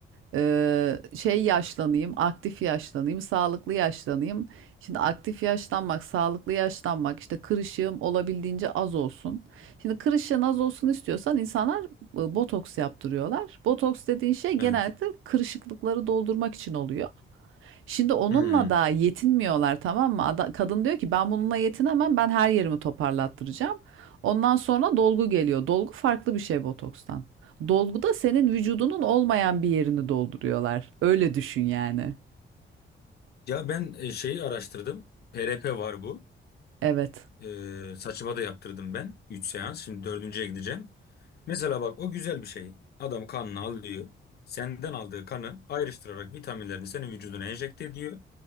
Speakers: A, on the right; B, on the left.
A: Ee, şey yaşlanayım, aktif yaşlanayım, sağlıklı yaşlanayım. Şimdi aktif yaşlanmak, sağlıklı yaşlanmak, işte kırışığım olabildiğince az olsun. Şimdi kırışığın az olsun istiyorsan insanlar e, botoks yaptırıyorlar. Botoks dediğin şey genellikle
B: Evet.
A: kırışıklıkları doldurmak için oluyor. Şimdi onunla
B: Hmm.
A: da yetinmiyorlar tamam mı? Ada- kadın diyor ki ben bununla yetinemem ben her yerimi toparlattıracağım. Ondan sonra dolgu geliyor. Dolgu farklı bir şey botokstan. Dolguda senin vücudunun olmayan bir yerini dolduruyorlar. Öyle düşün yani.
B: Ya ben e, şeyi araştırdım. PRP var bu.
A: Evet.
B: E, saçıma da yaptırdım ben. üç seans. Şimdi dördüncüye gideceğim. Mesela bak o güzel bir şey. Adam kanını alıyor. Senden aldığı kanı ayrıştırarak vitaminlerini senin vücuduna enjekte ediyor.